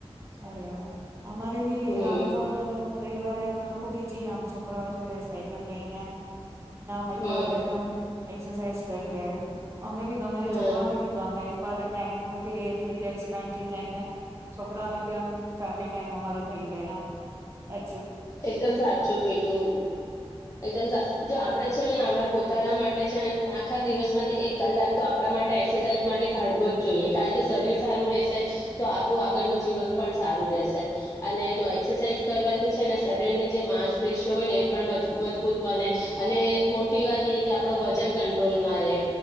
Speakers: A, on the right; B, on the left.
A: અરે વા અમારે ભી
B: હમ
A: આમ તો રવિવારે અમે લોકો બી જીએ આમ છોકરાઓ જોડે સાયકલ લઈને ના <unintelligible>
B: હમ
A: એક્સરસાઈઝ કરીએ. અમને બી ગમે અને
B: હ
A: છોકરાઓને બી ગમે એ લોકો હાથે ટાઈમ નુ બી એ થઈ જાય છે. પેન્ટ થી જાયને. છોકરા ઓને <unintelligible> ફેમિલી ટાઈમ અમાર થઈ જાય આમ એ
B: એકદમ સાચુ કિધુ એકદમ સા જો આપણેે છે ને આપણા પોતાના માટે છે ને આખા દિવસ માંથી એક કલાક તો આપણા માટે એક્સરસાઇઝ માટે કાઢવો જ જોઈએ કારણ કે શરીર સારું રહેશે તો આપણું આગળનું જીવન પણ સારું રહેશે અને જો એક્સરસાઇઝ કરવાથી છે ને શરીરની જે માંસપેશી હોય ને એ પણ મજબૂત બને અને મોટી વાત એ કે આપણો વજન કંટ્રોલમાં રહે